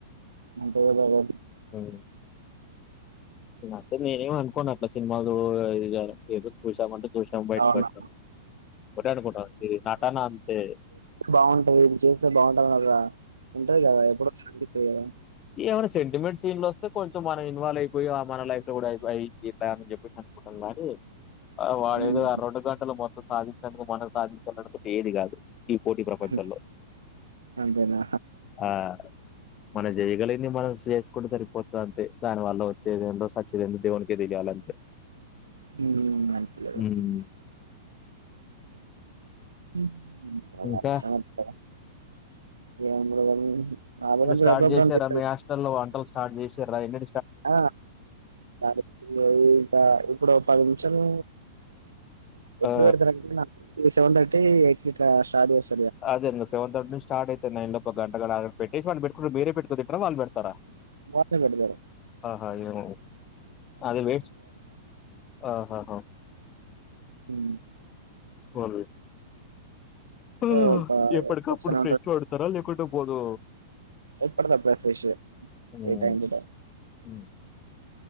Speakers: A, on the right; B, on the left.
A: అంటే <unintelligible>
B: ఉహు నేనత్తే నేనేమి అనుకోనట్లా సినిమాలు చూడల ఇది కావలే ఏదో చూసామంటే చూ <unintelligible>
A: అవును
B: అనుకుంటాం ఇది నటన అంతే
A: బాగుంటది చేస్తే బాగుంటదిన్నది కదా ఉంటాది కదా <unintelligible>
B: ఎవ్వన్న సెంటిమెంట్ సీన్ లోస్తే కొంచం మనం ఇన్వాల్వ్ అయిపోయి ఆ మన లైఫ్ ఇట్ల గూడయిపయే ఇది చేత్త అని చెప్పేసి అనుకుంటరు గాని ఆ వాడేదో
A: ఉమ్
B: ఆ రోండు గంటలు మొ సాధించనుకో మనం సాధించాలనుకుంట ఏది కాదు ఈ పోటీ ప్రపంచంలో
A: అంతే. అంతేనా
B: ఆ మన చేయగలిగింది మనం చేసుకుంటే సరిపోతది అంతే దాని వల్ల వచ్చేదేందో సచ్చేదేందో దేవునికే తేలియాలంతే
A: ఉ <unintelligible>
B: ఉమ్
A: ఉమ్
B: ఇంకా
A: <unintelligible>
B: ఇంగ
A: గంటలు
B: స్టార్ట్
A: అప్పుడప్పుడు
B: చేసారా
A: అనిపిస్తది
B: మీ హాస్టల్లో వంటల్ స్టార్ట్ చేసిర్రా ఎన్ని
A: ఆ దానికి పి ఏ ఇంకా ఇప్పుడు పది నిమిషాలు ఎప్పుడు
B: ఆ
A: పెడతారు సెవెన్ థర్టీ ఎయి స్టార్ట్ చేస్
B: అదేందో సెవన్ థర్టీ నుంచి స్టార్ట్ అయితది నైన్ లోపు ఓ గంటగూడగడ్ పెట్టేషి వాన్ని పెట్కుంట్ మీరే పెటుకు తింటరా వాళ్ పెడతారా
A: వాళ్ళే పెడతారు
B: ఆహా ఏమో అది వేస్ట్ ఆహాహా
A: <inaudible>
B: పోన్లే ఆ
A: ఏ ఒక
B: ఎప్పటికప్పుడు
A: వస్తూనే
B: ఫ్రెష్గా వండతారా లేకుంటే పోదు
A: ఎప్పుడు దప్పడది ఫ్రెష్ గా
B: ఉమ్
A: time to time
B: um